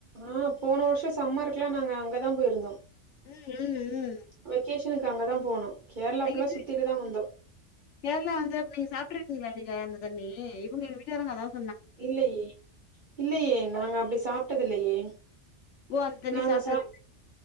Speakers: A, on the right (about 45°); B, on the left (about 75°).
A: ஆ போன வருஷோ சம்மருக்கெல்லா நாங்க அங்கதா போயிருந்தோ
B: ம் ம் ம்
A: வெகேஷனுக்கு அங்கதான் போனோ கேரளா
B: ஐயோ
A: ஃபுல்லா சுத்திட்டுதா வந்தோ
B: கேரளா வந்து நீங்க சாப்ட்டு இருக்கீங்ளா நீங்க அந்த தண்ணி இவங்க வீட்டுக்காரர் அதான்
A: இல்லயே இல்லயே நாங்க அப்டி சாப்பிட்டது இல்லயே
B: ஓ அந்த தண்ணி
A: நாங்க
B: சாப்பிட்டது
A: சா